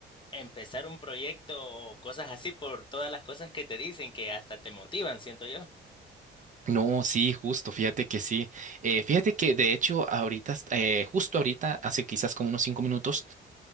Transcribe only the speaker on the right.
No, sí, justo, fíjate que sí. Eh, fíjate que de hecho ahorita, est- eh, justo ahorita, hace quizás como unos cinco minutos,